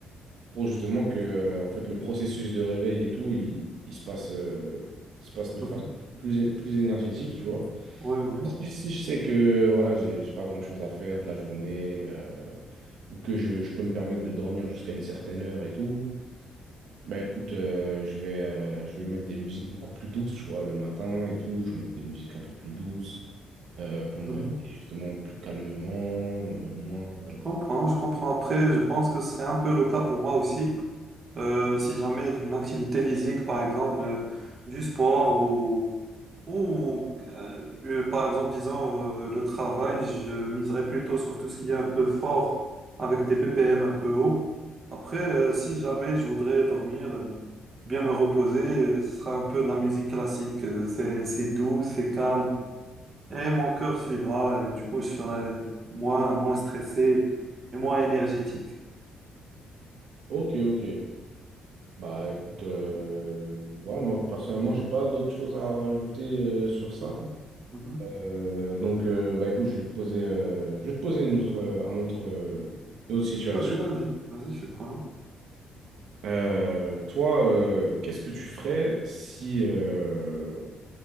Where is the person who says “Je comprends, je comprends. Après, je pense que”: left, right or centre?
Right